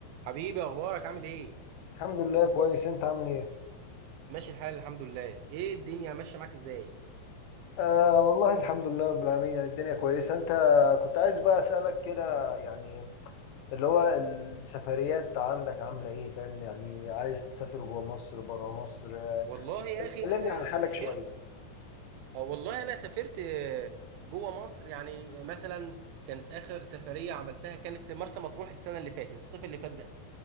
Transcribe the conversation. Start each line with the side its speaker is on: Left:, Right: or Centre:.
Right: حبيبي اخبارك عامل ايه
Left: الحمد لله كويس انت عامل ايه
Right: ماشي الحال الحمد لله ايه الدنيا ماشيه معاك ازاي
Left: آه والله الحمد لله رب العالمين يعني الدنيا كويسة انت كنت عايز بقى اسألك كده يعني اللي هو السفريات عندك عاملة ايه فاهم يعني عايز تسافر جوه مصر بره مصر آه،
Right: والله يا اخي
Left: كلمني
Right: انا
Left: عن حالك
Right: سافرت
Left: شوية
Right: أو والله انا سافرت آه، جوه مصر يعني آه، مثلا كانت اخر سفريه عملتها كانت مرسى مطروح السنه اللي فاتت الصيف اللي فات ده